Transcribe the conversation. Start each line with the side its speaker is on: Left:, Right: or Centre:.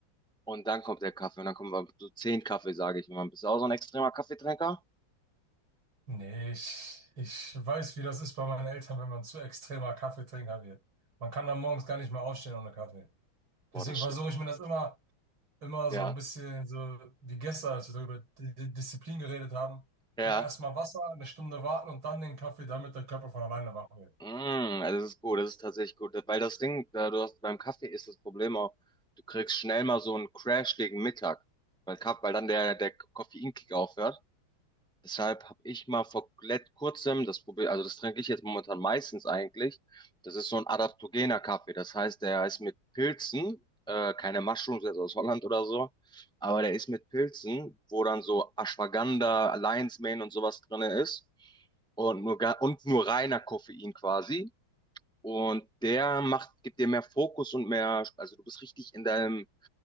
Centre: Und dann kommt der Kaffee und dann kommen wir so zehn Kaffee, sage ich mal. Bist du auch so ein extremer Kaffeetrinker?
Right: Nee, ich, ich weiß, wie das ist bei meinen Eltern, wenn man zu extremer Kaffeetrinker wird. Man kann dann morgens gar nicht mehr aufstehen ohne Kaffee.
Centre: Boah,
Right: Deswegen
Centre: das
Right: versuche
Centre: stimmt.
Right: ich mir das immer, immer
Centre: Ja,
Right: so ein bisschen so wie gestern, als wir darüber Di- Di- Disziplin geredet haben.
Centre: ja.
Right: Immer erstmal Wasser, eine Stunde warten und dann den Kaffee, damit der Körper von alleine wach wird.
Centre: Mm, also das ist gut, das ist tatsächlich gut. Weil das Ding, da du hast, beim Kaffee ist das Problem auch, du kriegst schnell mal so einen Crash gegen Mittag, weil, Kaff- weil dann der, der Koffeinkick aufhört. Deshalb habe ich mal vor let- kurzem das Problem, also das trinke ich jetzt momentan meistens eigentlich. Das ist so ein adaptogener Kaffee. Das heißt, der ist mit Pilzen, äh, keine Mushrooms jetzt aus Holland oder so, aber der ist mit Pilzen, wo dann so Ashwagandha, Lion's Mane und sowas drinne ist. Und nur, ga- und nur reiner Koffein quasi. Und der macht, gibt dir mehr Fokus und mehr, also du bist richtig in deinem,